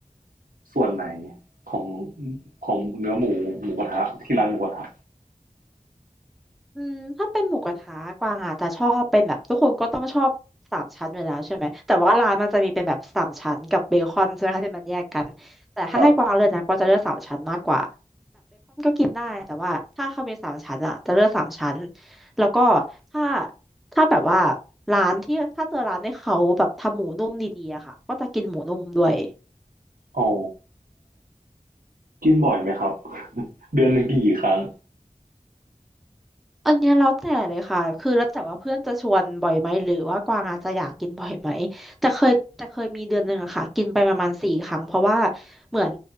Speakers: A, on the right; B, in the centre.
A: ส่วนไหนของของเนื้อหมูหมูกระทะที่ร้านหมูกระทะ
B: อืมถ้าเป็นหมูกระทะกวางอาจจะชอบเป็นแบบทุกคนก็ต้องชอบสามชั้นอยู่แล้วใช่ไหมแต่ว่าร้านมันจะมีเป็นแบบสามชั้นกับเบคอนใช่ไหมคะที่มันแยกกันแต่ถ้าให้กวางเลือกนะกวางจะเลือกสามชั้นมากกว่า
A: ครับ
B: กินได้แต่ว่าถ้าข้าวเป็นสามชั้นอะจะเลือกสามชั้นแล้วก็ถ้าถ้าแบบว่าร้านที่ถ้าเจอร้านที่เขาแบบทำหมูนุ่มดีๆอะค่ะก็จะกินหมูนุ่มด้วย
A: อ๋อกินบ่อยไหมครับ <laughs> เดือนหนึ่งกินกี่ครั้ง
B: อันเนี้ยแล้วแต่เลยค่ะคือแล้วแต่ว่าเพื่อนจะชวนบ่อยไหมหรือว่ากวางอาจจะอยากกินบ่อยไหมแต่เคยแต่เคยมีเดือนหนึ่งอะค่ะกินไปประมาณสี่ครั้งเพราะว่าเหมือน